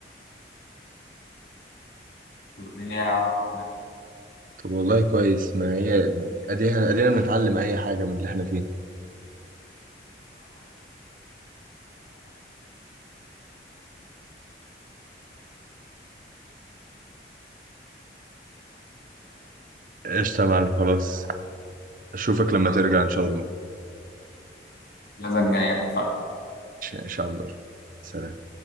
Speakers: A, on the left; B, on the right.
A: راحت
B: طب والله كويس ما هي ادينا ادينا بنتعلم اي حاجه من اللي احنا فيه قشطه يا معلم خلاص اشوفك لما ترجع ان شاء الله
A: الجايه اتفقنا
B: ان شاء الله سلام